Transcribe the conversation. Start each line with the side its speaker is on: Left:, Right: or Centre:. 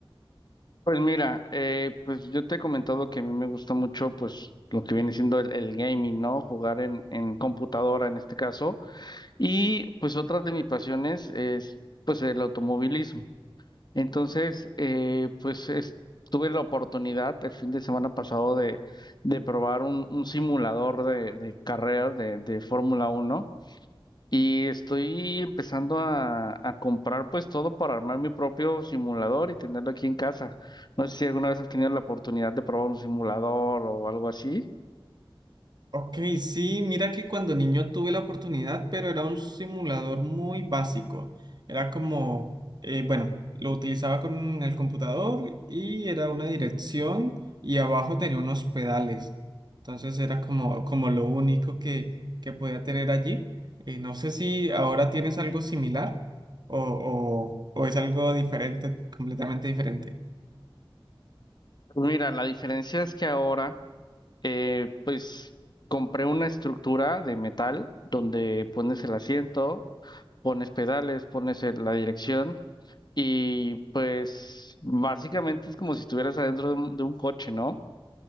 Left: Pues mira, eh, pues yo te he comentado que a mí me gusta mucho pues lo que viene siendo el, el gaming, ¿no? Jugar en, en computadora en este caso. Y pues otra de mis pasiones es pues el automovilismo. Entonces, eh, pues es- tuve la oportunidad el fin de semana pasado de, de probar un, un simulador de, de carreras de, de Fórmula Uno y estoy empezando a, a comprar pues todo para armar mi propio simulador y tenerlo aquí en casa. No sé si alguna vez has tenido la oportunidad de probar un simulador o algo así.
Right: Ok, sí, mira que cuando niño tuve la oportunidad, pero era un simulador muy básico. Era como, eh, bueno, lo utilizaba con el computador y era una dirección y abajo tenía unos pedales. Entonces era como, como lo único que, que podía tener allí. Eh, no sé si ahora tienes algo similar o, o o es algo diferente, completamente diferente.
Left: Pues Mira, la diferencia es que ahora, eh, pues compré una estructura de metal donde pones el asiento pones pedales, pones el- la dirección y pues básicamente es como si estuvieras adentro de un, de un coche, ¿no?